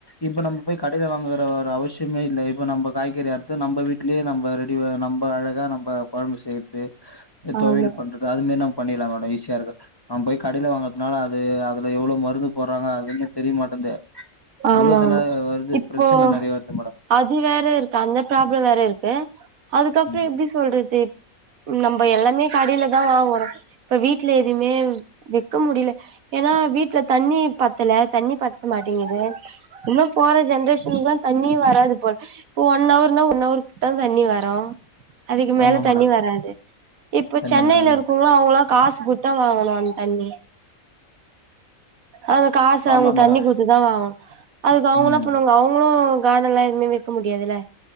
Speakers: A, on the left (about 20°); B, on the right (about 85°).
A: இப்ப நம்ம போய் கடையிலே வாங்குற ஒரு அவசியம் காய்கறி அறுத்து நம்ம வீடலேயே நம்ம ரெடி நம்ம அழகா நம்ம குழம்பு செய்ய தொழில்
B: ஆமா
A: பண்றது அது மாதிரி நாம பண்ணிறலா மேட இருக்கு நம்ம போய் கடைல வாங்கறதுனால அது அதுல எவ்வளவு மருந்து போடுறாங்க அதுமே தெரியமாட்டேந்து
B: ஆமா
A: உலதுலே
B: ஆமா
A: வருது
B: இப்போ
A: பிரச்சன நிறைய வருது மேடம்
B: அது வேற இருக்கு அந்த ப்ராப்ள வேற இருக்கு ஏ அதுக்கப்றோ
A: ம்.
B: எப்டி சொல்றதி நம்ம எல்லாமே கடிலதான வாங்கறோ இப்ப வீட்டில எதுவுமே வெக்க முடில ஏன்னா வீட்டுல தண்ணி பத்தல தண்ணி பத்த மாட்டிங்குது இன்னு போற ஜென்ரேஷனுல்லா தண்ணி வராது போல இப்போ ஒன் அவர்னா ஒன்ன அவர்கிட்ட தண்ணி வரு அதுக்கு மேல
A: ஆமா மேடம்.
B: தண்ணி வராது இப்ப
A: தண்ணி
B: சென்னைல
A: வராது
B: இருக்கோவங்க அவங்களா காசு போட்டு வாங்கணு அதுக் தண்ணி அது காசு
A: ஆமா
B: அவங்க
A: மேடம்
B: தண்ணி கொத்துதா வாங்கனு அதுக்கு அவங்கென்ன
A: ம்
B: பண்ணுவாங்க அவங் இப்போ காடன் எல்லா எதுவுமே வெக்க முடியாதில்ல